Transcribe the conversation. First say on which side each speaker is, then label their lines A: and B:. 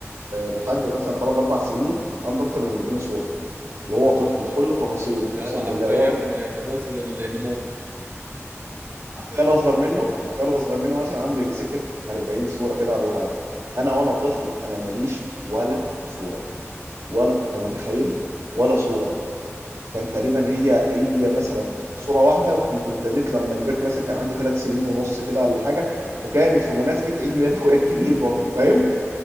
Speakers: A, on the right (about 70°); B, on the right (about 45°).
A: لحد مثلا 3 4 سنين عنده اكتر من 200 صوره وهو
B: ما
A: طفل
B: شاء الله
A: في كل تفاصيله
B: ده
A: اقسم
B: هو حرفيا
A: بالله وهو
B: تسلسل النمو
A: اخويا الاصغر منه اخويا الاصغر منه مثلا عنده يجي سكه 40 صوره كده ولا حاجه انا وانا طفل انا ماليش ولا صوره ولا انت متخيل ولا صوره كان تقريبا هي هي مثلا صوره واحده وكنت ابتديت لما كبرت مثلا كان عندي ثلاث سنين ونص كده ولا حاجه وكانت في مناسبه عيد ميلاد اخويا الكبير برضه فاهم